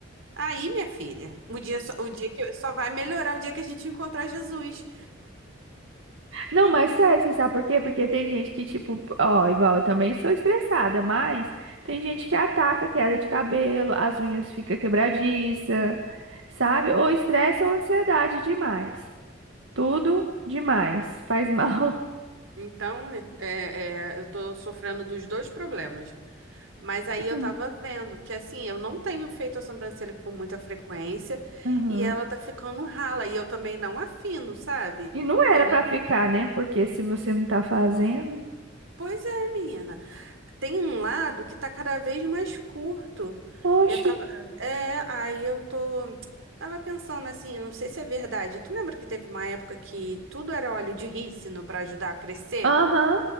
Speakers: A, on the right; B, on the right.
A: Aí, minha filha, o dia, só- o dia que só vai melhorar o dia que a gente encontrar Jesus.
B: Não,
A: <laughs>
B: mas sério, você sabe por quê? Porque tem gente que, tipo, ó, igual eu também sou estressada, mas tem gente que ataca a queda de cabelo, as unhas ficam quebradiças, sabe? Ou estresse ou ansiedade demais. Tudo demais. Faz mal.
A: Então, é, é, é, eu tô sofrendo dos dois problemas. Mas aí
B: <laughs>
A: eu tava vendo que assim, eu não tenho feito a sobrancelha com muita frequência
B: Uhum.
A: e ela tá ficando rala e eu também não afino, sabe?
B: E não
A: Eu,
B: era pra ficar, né? Porque se você não tá fazendo.
A: pois é, menina. tem um lado que tá cada vez mais curto.
B: Oxe.
A: E Eu tava, é, aí eu tô, tava pensando assim, não sei se é verdade. Tu lembra que teve uma época que tudo era óleo de rícino para ajudar a crescer?
B: Aham.